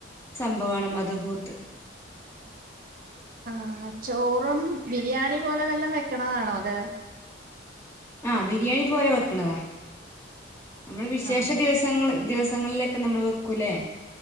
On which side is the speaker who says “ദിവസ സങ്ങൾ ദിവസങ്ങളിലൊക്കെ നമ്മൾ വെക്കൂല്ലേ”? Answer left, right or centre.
Left